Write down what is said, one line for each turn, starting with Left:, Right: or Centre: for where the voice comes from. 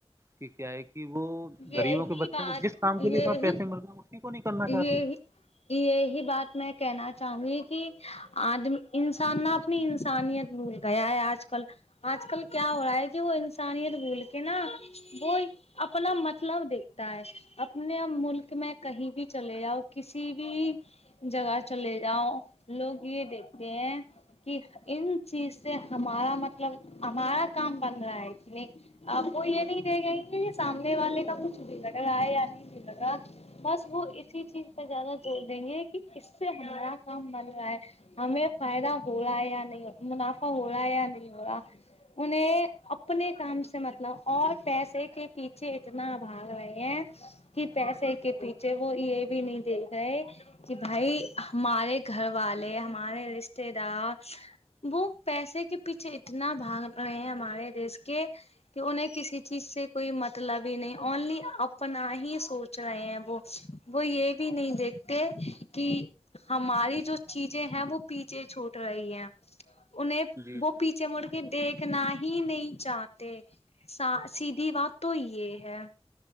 Right: کہ کیا ہے کہ وہ غریبوں
Left: یہی
Right: کے بچوں
Left: بات
Right: کو جس کام
Left: یہی
Right: کے لیے تیں پیسے ملتے ہیں اسی کو نہیں کرنا
Left: یہی
Right: چاہتے
Left: یہی بات میں کہنا چاہوں گی کہ آدمی انسان نہ اپنی انسانیت بھول گیا ہے آج کل آج کل کیا ہو رہا ہے کہ وہ انسانیت بھول کے نا وہ اپنا مطلب دیکھتا ہے اپنے ملک میں کہیں بھی چلے جاؤ کسی بھی جگہ چلے جاؤ لوگ یہ دیکھتے ہیں کہ ان چیز سے ہمارا مطلب مطلب ہمارا کام بن رہا ہے اس لیے اب وہ یہ نہیں دے گیں گے سامنے والے کا کچھ بھی لگ رہا ہے یا نہیں لگا بس وہ اسی چیز پہ زیادہ زور دیں گے کہ اس سے ہمارا کام بن رہا ہے ہمیں فائدہ ہو رہا ہے یا نہیں منافع ہو رہا ہے یا نہیں ہو رہا انہیں اپنے کام سے مطلب اور پیسے کے پیچھے اتنا بھاگ رہے ہے کہ پیسے کے پیچھے وہ یہ بھی نہیں دے گئے کہ بھائی ہمارے گھر والے ہمارے رشتے دار وہ پیسے کے پیچھے اتنا بھاگ رہے ہیں ہمارے دیش کے کہ انہیں کسی چیز سے کوئی مطلب ہی نہیں اونلی اپنا ہی سوچ رہے ہیں وہ وہ یہ بھی نہیں دیکھ کہ ہماری جو چیزیں ہیں وہ پیچھے چھوٹ رہی ہیں انہیں
Right: جی
Left: وہ پیچھے مڑ کے دیکھنا ہی نہیں چاہتے سا سیدھی بات تو یہ ہے